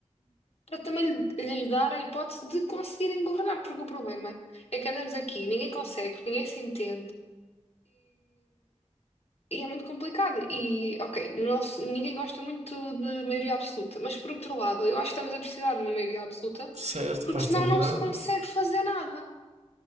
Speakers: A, on the left (about 60°); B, on the right (about 70°).
A: Para também lhe- lhes dar a hipótese de conseguirem governar, porque o problema é que andamos aqui, ninguém consegue, ninguém se entende e é muito complicado. E, ok, não se- ninguém gosta muito de maioria absoluta, mas por outro lado, eu acho que estamos a precisar de uma maioria absoluta,
B: Certo,
A: porque
B: para a
A: senão
B: estabilidade.
A: não se consegue fazer nada.